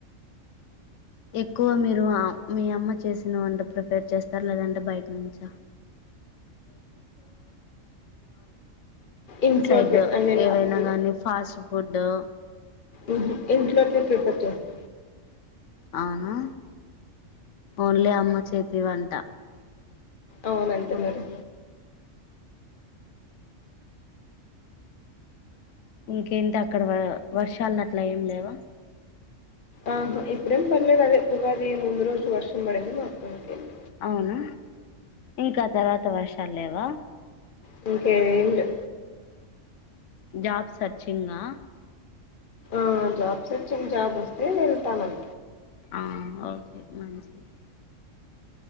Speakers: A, on the left; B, on the left.
A: ఎక్కువ మీరు మీ అమ్మ చేసిన వంట ప్రిఫర్ చేస్తార లేదంటే బయటి నుంచ
B: ఇంట్లోటివే
A: సెడ్
B: అన్ని నార్మల్గా
A: ఏదైనా గానీ ఫాస్ట్ ఫూడ్డు
B: ఉహూ ఇంట్లోటివే ప్రిపర్ చేస్తా
A: అవునా ఓన్లీ అమ్మ చేతి వంట
B: అవునంటన్నారు
A: ఓకే ఇంకేంటి అక్కడ వ వర్షాలు అట్లా ఏం లేవా
B: ఉహు ఇప్పుడేం పడ్లెదు అదే ఉగాది ముందు రోజు వర్షం పడింది మళ్ళీ అప్పటి నుంచి పల్లే
A: అవునా ఇంకా ఆ తర్వాత వర్షాలు లేవ
B: ప్రిపేర్ <unintelligible> అయ్యిందా
A: జాబ్ సర్చింగా
B: ఆ జాబ్ సెర్చింగ్ జాబ్ వస్తే వెళ్తానం
A: ఆ ఓకే మంచిది